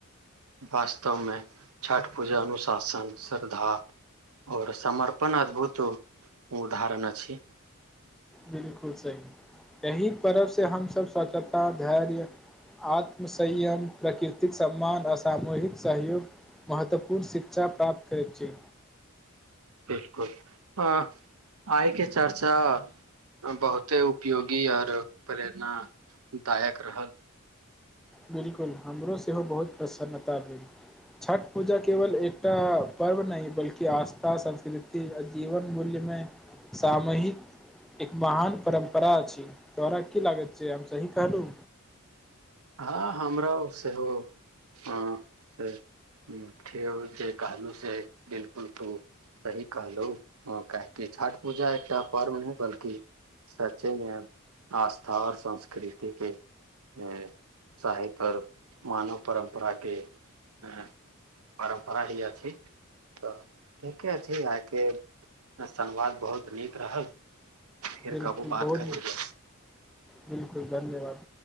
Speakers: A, on the right; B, in the centre.
A: वास्तवमें छठ पूजा अनुशासन, श्रद्धा आओर समर्पण अद्भुत उदाहरण अछि।
B: बिलकुल सही एहि पर्वसँ हमसभ स्वच्छता, धैर्य, आत्मसंयम, प्रकृतिक सम्मान आ सामूहिक सहयोग महत्वपूर्ण शिक्षा प्राप्त करैत छी।
A: बिलकुल। अं आइके चर्चा बहुते उपयोगी आर प्रेरण दायक रहल।
B: बिलकुल हमरो सेहो बहुत प्रसन्नता भेल। छठ पूजा केवल एकटा पर्व नहि बल्कि आस्था, संस्कृति आ जीवन मूल्यमे सामूहिक एक महान परम्परा अछि। तोहरा की लागैत छै हम सही कहलु।
A: हँ हमरो सेहो अं जे ठीउ जे कहलहुँ से बिलकुल तू सही कहलु काहेकि छठ पूजा एकटा पर्व नहि बल्कि सचेमे आस्था आओर संस्कृतिके ए <unintelligible> मानव परम्पराके परम्परा ही अछि तऽ ठीके अछि आयके संवाद बहुत नीक रहल फेर
B: बिलकुल
A: कबो बात
B: बहुत
A: करबै
B: बिलकुल धन्यवाद।